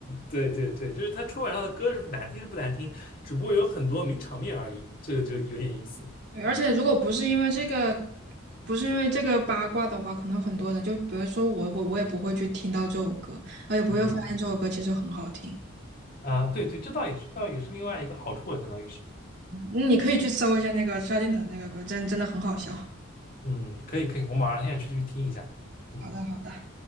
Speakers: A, on the left; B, on the right.
A: 对对对，就是他春晚上的歌是难听是不难听，只不过有很多名场面而已，这个就有点意思。
B: 对，而且如果不是因为这个，不是因为这个八卦的话，可能很多人就比如说我我我也不会去听到这首歌，我也不会发现这首歌其实很好听。
A: 嗯啊，对对，这倒也是，倒也是另外一个好处了，相当于是。
B: 嗯你可以去搜一下那个萧敬腾那个歌，真真的很好笑。
A: 嗯，可以可以，我马上现在去去听一下。嗯。
B: 好的，好的。